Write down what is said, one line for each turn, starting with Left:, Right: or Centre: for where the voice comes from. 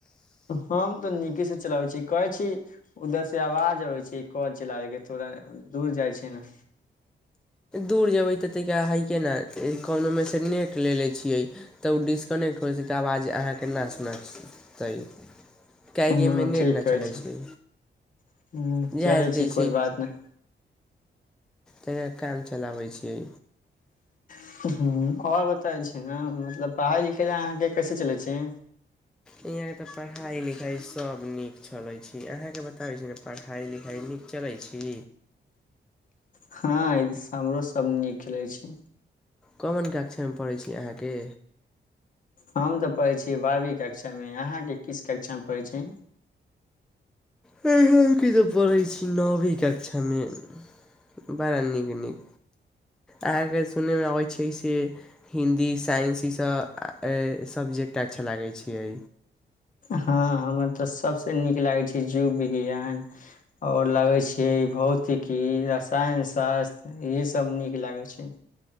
Left: हम तऽ नीके सँ चलाबै छी कहै छी उधर से आवाज अबै छै कल चलाबे केँ थोड़ दूर जाइ छै ने
Centre: दूर जेबै तऽ तइका दोनोके हइ केँ नऽ कनोमेसँ नेट ले ले छियै तऽ ओ डिस्कनेक्ट होइइ छै तऽ आवाज अहाँ केना सुनायतै काहेकि
Left: ह्म
Centre: एहिमे नेट
Left: ठीक
Centre: नऽ
Left: कहै
Centre: चलै
Left: छी
Centre: छै
Left: ह्म
Centre: जा
Left: चलै छी
Centre: दै
Left: कोइ
Centre: छै
Left: बात नहि
Centre: तहिना काम चलाबै छियै
Left: <unintelligible> आओर बताै छी नऽ मतलब पढ़ई लिखाय अहाँकेँ कैसे चलै छी
Centre: यहाँ केँ तऽ पढ़ाइ लिखाइ सभ नीक चलै छै अहाँकेँ बताबै छी नऽ पढ़ाइ लिखाइ नीक चलै छी
Left: हँ हमरो सब नीक खेलै छै
Centre: कवन कक्षामे पढ़ैत छी अहाँकेँ
Left: हम तऽ पढ़ैत छी बारहवी कक्षामे अहाँकेँ किस कक्षामे पढ़ैत छी
Centre: हमकी तऽ पढ़ै छी नैवी कक्षामे बड़ा नीक नीक अहाँकेँ सुनै मे अबै छै से हिन्दी साइंस ई सब सब्जेक्ट अच्छा लागै छियै
Left: हँ हमर तऽ सबसँ नीक लागै छै जोव विज्ञान आओर लगे छियै भौतिकी रसायन सास्त्र इएहे सभ नीक लागैत छै